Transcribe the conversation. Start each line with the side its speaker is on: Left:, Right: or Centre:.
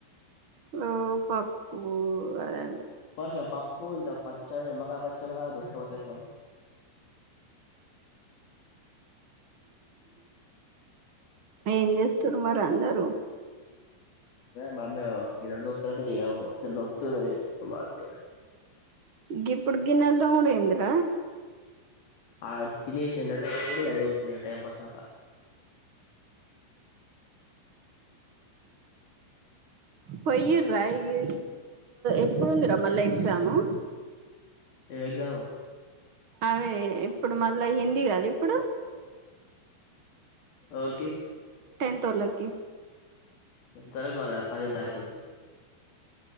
Right: ఓ పప్పుూ అదే
Left: పర్షా పా పోంత పచ్చచ్చడా మాకా పచ్చచ్చడా దోస్త మ
Right: ఏం చేస్తారు మరి అందరూ
Left: మామ గిరలో త తడాస లోత్ర మడుతు
Right: గిపుడ్గినెల్ ద ఉఊరంద్ర
Left: అ తినేసి అయితుంది టైం పాస్ాకా
Right: పోయ రా ఇ ఎప్పుడుందిరా మళ్ళ ఎగ్జాము
Left: ఎమ్ ఎగ్జామ్
Right: అదే ఇప్పుడు మళ్ళా హిందీ కాద ఇప్పుడు
Left: ఎవరికి
Right: టెన్త్ వొళ్ళకి
Left: తరకవాల పదిహేనుతారికుంది.